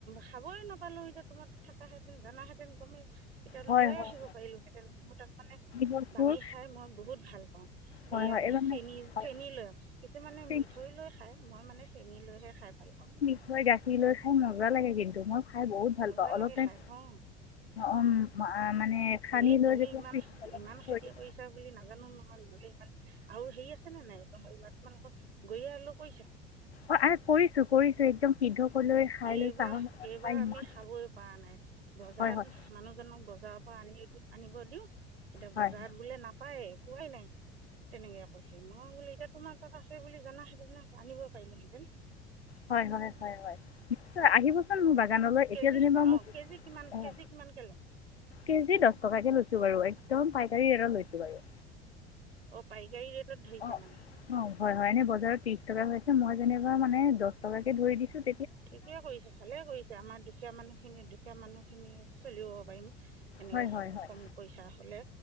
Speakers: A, on the right; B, on the left.
A: খাবই নাপালো এতিয়া তোমাৰ থ কোৱা হেতেন জানাহেতেন গমেই তেতিয়া
B: হয়
A: লৈ
B: হয়
A: আহিব পাৰিলোহেঁতেন মোৰ তাত মানে
B: গছবোৰ
A: বাঙি খাই মই বহুত ভাল পাওঁ
B: হয়
A: এয়া
B: হয় এইবাৰ
A: চেনী
B: মানে হয়
A: চেনী লৈ কিছু মানে
B: চেনি
A: মিঠৈ লৈ খাই মই মানে চেনিলৈহে খাই ভাল পাওঁ
B: দৈ গাখীৰ লৈ খাই মজা লাগে কিন্তু মই খাই বহুত ভাল
A: মজা
B: পাওঁ
A: লাগে
B: অলপ টাইম
A: খাই অ,
B: উম, আহ, মানে সানি
A: এই
B: লৈ
A: তুমি
B: যেতিয়া
A: ইমান
B: ফ্ৰীজ
A: ইমান
B: থৈ
A: খেতি
B: দিওঁ
A: কৰিছা বুলি নাজানো নহয় নহলে ইমান আৰু হেৰি আছে নে নাই গৈ আলু পইছা
B: অ কৰিছো কৰিছো একদম সিদ্ধ কৰি লৈ খাই
A: এইবাৰ
B: লৈ চাহৰ লগত
A: এইবাৰ
B: খাই
A: আমি
B: ইমান
A: খাবই পৰা নাই, বজাৰত
B: হয় হয়
A: মানুহজনক বজাৰৰ পৰা আনি আনিব দিওঁ, এতিয়া
B: হয়
A: বজাৰত বোলে নাপায় পোৱাই নাই তেনেকে কৈছে, মই বোল এতিয়া তোমাৰ তাত আছে বুলি জানাহেতেন আনিব পাৰিলোহেঁতেন
B: হয় হয় হয় হয় নিশ্চয় আহিবচোন মোৰ ব খনলৈ
A: কেজি
B: এতিয়া মই
A: অঁ কেজি কিমান
B: অঁ
A: কেজি কিমানকে লওঁ
B: কেজি দশ টকা কৈ লৈছো বাৰু একদম পাইকাৰী এ লৈছো বাৰু
A: অ পাইকাৰী ৰেটত ধৰিছা
B: অ
A: মানে
B: অ হয় হয়নে বজাৰত ত্ৰিশ টকা হৈছে মই যেনিবা মানে দহ টকাকে ধৰি দিছো
A: ঠিকে কৰিছে ভালে কৰিছে আমাৰ দুখীয়া মানুহখিনি দুখীয়া মানুহখিনিয়ে চলিব পাৰিম, এনেকে
B: হয় হয় হয়
A: কমি পইচা হলে,